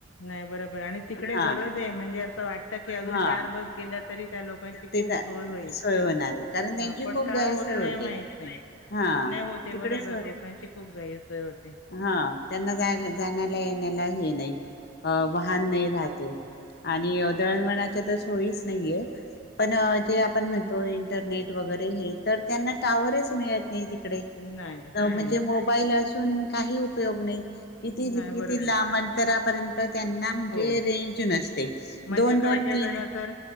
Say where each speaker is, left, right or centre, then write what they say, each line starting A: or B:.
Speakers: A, on the left; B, on the left.
A: नाही बरोबर आणि तिकडे
B: हा
A: गरज आहे म्हणजे असं वाटतं की अजून
B: हा
A: चार बस गेल्या तरी त्या लोकांची खूप
B: ते
A: सोय होईल
B: सोय होणार आहे कारण त्यांची
A: हा पण
B: खूप
A: का
B: गैरसोय
A: होत नाही
B: होते
A: माहित नाही
B: हा
A: नाही होते
B: तिकडे
A: बरोबर
B: सोय
A: लोकांची खूप गैरसोय होते
B: हा त्यांना जाय जाण्याला येण्याला हे नाही अ वाहन नाही राहते आणि दळवळणाच्या तर सोयीच नाहीये पण जे आपण म्हणतो इंटरनेट वगैरे हे तर त्यांना टाॅवरच मिळत ना नाही तिकडे
A: नाही,
B: म्हणजे
A: नाही,
B: मो मोबाईल असून काही उपयोग नाही किती,
A: नाही
B: किती
A: बरोबर.
B: लांब अंतरापर्यंत त्यांना म्हणजे
A: हो,
B: रेंज नसते
A: म्हणजे
B: दोन, दोन,
A: काही-काही
B: तीन
A: जण तर